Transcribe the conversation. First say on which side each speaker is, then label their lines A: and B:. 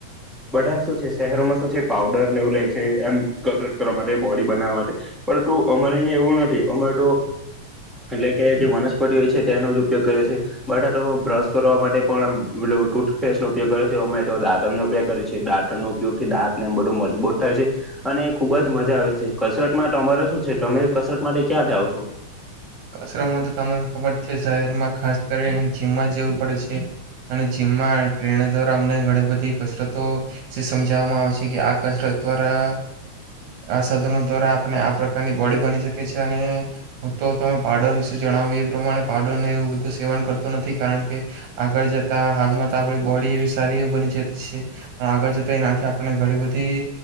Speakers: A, in the centre; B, on the right (about 85°).
A: બધા શું છે શહેરોમાં શું છે પાવડરને એવું લે છે એમ કસરત કરવા માટે બોડી બનાવવા પરંતુ અમારે અહીંયા એવું નથી અમારે તો એટલે કે જે વનસ્પતિ હોય છે તેનો જ ઉપયોગ કરે છે બધા તો બ્રશ કરવા માટે પણ ટૂથપેસ્ટ નો ઉપયોગ કરે છે અમે તો દાંતણનો ઉપયોગ કરે છે દાંતણનો ઉપયોગથી દાંત ને બધુ મજબૂત થાય છે. અને ખુબ જ મજા આવે છે. કસરત મા તમારે શું છે તમે કસરત માટે ક્યાં જાઓ છો?
B: કસરમાં તો તમને ખબર છે શહેરમાં ખાસ કરીને જીમમાં જવું પડે છે અને જીમમાં ટ્રેનર દ્વારા અમને ઘણી બધી કસરતો સમજાવવામાં આવે છે કે આ કસરત દ્વારા આ સાધનો દ્વારા આપને આ પ્રકારની બોડી બની શકે છે. અને હું તો તમે પારડર વિશે જણાવી એ પ્રમાણે પાવડર ન એવું બધું સેવન કરતો નથી કારણ કે આગળ જતા હાલમાં તો આપણી બોડી એવી સારી એવી બની જતી છે પણ આગળ જતા એનાથી આપણને ઘણી બધી